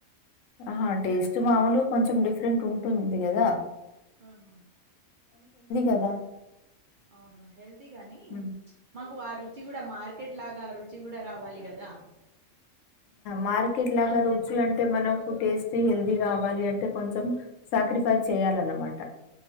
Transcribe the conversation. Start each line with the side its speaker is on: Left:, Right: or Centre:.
Left: అహ టేస్ట్ మాముల్గ కొంచం డిఫరెంట్ ఉంటుంది గదా
Right: ఆహా
Left: కదా
Right: అవును హెల్దీ గాని
Left: హ్మ్.
Right: మాక్ కు ఆ రుచి గుడా మార్కెట్ లాగా రుచి గుడా రావాలి గదా
Left: మార్కెట్ లాగా రుచి అంటే మనకు టేస్టీ, హెల్తీ కావాలి అంటే కొంచం సాక్రిఫైస్ చేయాలన్నమాట